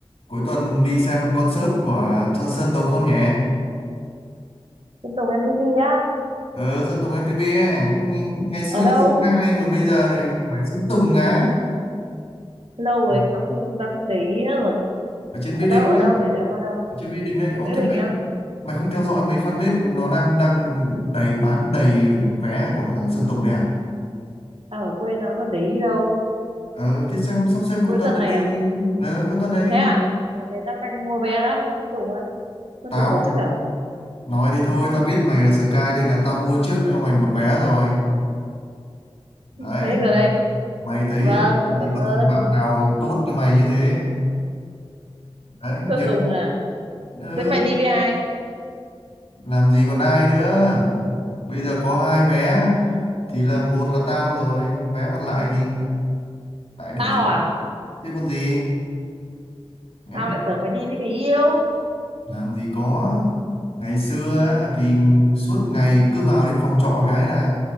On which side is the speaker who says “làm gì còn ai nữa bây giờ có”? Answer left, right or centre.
Left